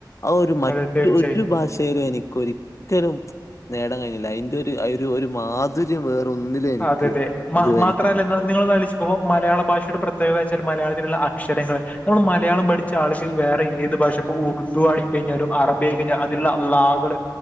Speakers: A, on the left (about 40°); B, on the left (about 20°).
A: ആ ഒരു മറ്റു
B: അതെ തീർച്ചയായും
A: ഒരു ഭാഷയിലും എനിക്ക് ഒരിക്കലും നേടാൻ കഴിഞ്ഞില്ല. അയിന്റൊരു രു, ഒരു മാധുര്യം വേറൊന്നിലു എനിക്ക്
B: അതെ അതെ മാ
A: ഇതുവരെ
B: മാത്രല്ല
A: കണ്ടില്ല
B: നി നിങ്ങളൊന്ന് ആലോയിച്ചു മ്പോ മലയാള ഭാഷയുടെ പ്രത്യേകത ച്ചാൽ മലയാളത്തിലുള്ള അക്ഷരങ്ങള് നമ്മള് മലയാളം പഠിച്ച ആള്ക്ക് വേറെ ഏത് ഭാഷ പ്പോ ഉർുദു ആയി കയിഞ്ഞാലും അറബി ആയി കെയ്ഞ്ഞാ അതിലുള്ള ള്ളാ കള്